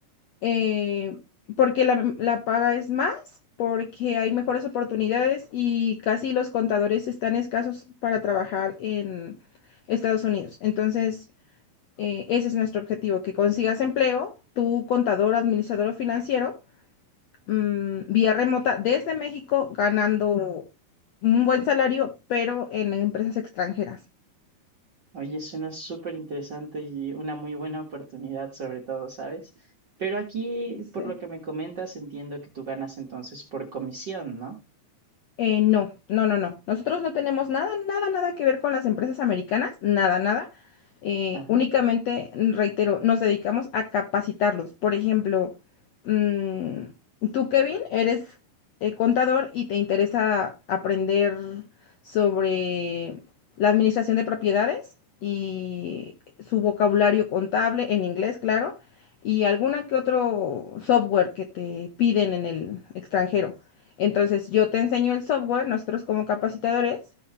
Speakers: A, on the left (about 70°); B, on the right (about 50°).
A: eh, porque la, la paga es más, porque hay mejores oportunidades y casi los contadores están escasos para trabajar en Estados Unidos. Entonces, eh, ese es nuestro objetivo, que consigas empleo, tu contador, administrador o financiero, mm, vía remota desde México, ganando un buen salario, pero en empresas extranjeras.
B: Oye, suena súper interesante y una muy buena oportunidad, sobre todo, ¿sabes? Pero aquí,
A: <laughs>
B: por
A: sí.
B: lo que me comentas, entiendo que tú ganas entonces por comisión, ¿no?
A: Eh, no, no, no, no. Nosotros no tenemos nada, nada, nada que ver con las empresas americanas, nada, nada. Eh,
B: Ajá.
A: únicamente, mm, reitero, nos dedicamos a capacitarlos. Por ejemplo, mm, tú, Kevin, eres eh, contador y te interesa aprender sobre la administración de propiedades y su vocabulario contable en inglés, claro, y alguna que otro software que te piden en el extranjero. Entonces, yo te enseño el software, nosotros como capacitadores,